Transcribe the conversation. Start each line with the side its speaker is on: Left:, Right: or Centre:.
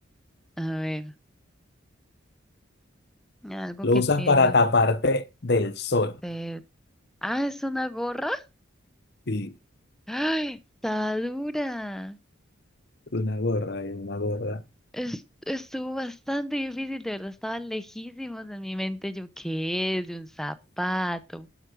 Centre: A ver, algo
Left: Lo
Centre: que
Left: usas
Centre: tiene.
Left: para taparte del sol.
Centre: de- Ah, es una gorra.
Left: Sí,
Centre: <gasps> ¡Ay! Está dura.
Left: una gorra y una gorra.
Centre: Es- estuvo bastante difícil, de verdad, estaba lejísimos en mi mente. Yo, ¿qué es? De un zapato.